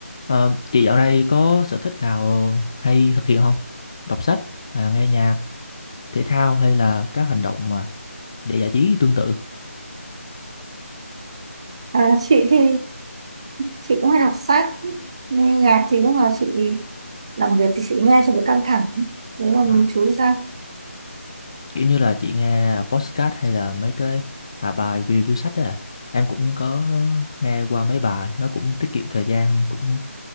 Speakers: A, on the left; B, on the right.
A: Ờ, chị dạo này có sở thích nào hay thực hiện không? Đọc sách, à, nghe nhạc, thể thao hay là các hành động mà để giải trí tương tự?
B: À, chị thì chị cũng hay đọc sách nghe nhạc thì lúc nào chị làm việc thì chị nghe cho đỡ căng thẳng đấy mà mình
A: À,
B: chú ý ra
A: kiểu như là chị nghe podcast hay là mấy cái à, bài review sách đó à. Em cũng có nghe qua mấy bài, nó cũng tiết kiệm thời gian, cũng